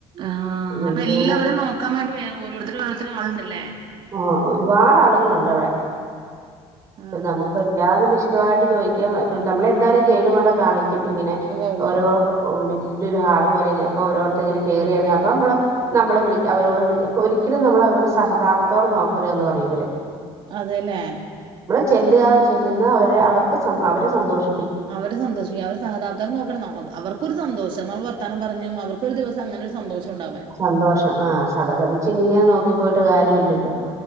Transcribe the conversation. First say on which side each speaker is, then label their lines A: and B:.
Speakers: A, on the right; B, on the right.
A: ആഹ അപ്പൊ
B: എന്തോ
A: എല്ലാവരും നോക്കാൻ വേണ്ടി വേറെ ഓരോരുത്തരു ഓരോരുത്തർ ആളുണ്ടല്ലേ
B: ആ ഒരുപാട് ആളു ളൂണ്ട് അവിടെ അപ്പൊ
A: ആഹ്
B: നമുക്ക് എല്ലാന്ന് വിശദമായിട്ട് ചോയിക്കാൻ പറ്റൂ നമ്മളെന്തായാലും കേട് കൊണ്ട് കാണി ക്കും ഇങ്ങനെ
A: ഉവ്വ ഉവ്വ
B: ഓരോ <unintelligible> വല്ലോരു ഹാൾ പോലെ ഇ അപ്പോ ഓരോത്തർ ഇങ്ങനെ കയറിയിറ അപ്പം നമ്മള് നമ്മള വിള അവരോട് വിളി അപ്പോ ഒരിക്കലും നമ്മള അവരോട് സഹതാപ ത്തോടെ നോക്കരുതെന്ന് പറയും ഇവരെ
A: അതെല്ലേ
B: ചെല്ലുക ചെല്ലുന്ന അവരെ അവർക്ക് സ അവരെ സന്തോഷി
A: അവരെ സന്തോഷിപ്പിക്കാൻ അവ സഹതാപതാർ നോക്കണം ന അവർക്കൊരു സന്തോഷം അവ വർത്താനം പറഞ്ഞും അവർ ക്ക് ഒരു ദിവസം അങ്ങനൊരു സന്തോഷം ഉണ്ടാവാൻ.
B: സന്തോഷം ആ സഹതപിച്ച് ഇങ്ങനെ നോക്കി പോയിട്ട് കാര്യമില്ലല്ലോ